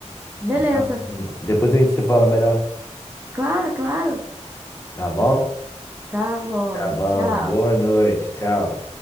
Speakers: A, on the right; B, on the left.
A: Beleza.
B: Então, depois a gente se fala melhor,
A: Claro, claro.
B: tá bom?
A: Tá bom.
B: Tá bom.
A: Tchau.
B: Boa noite. Tchau.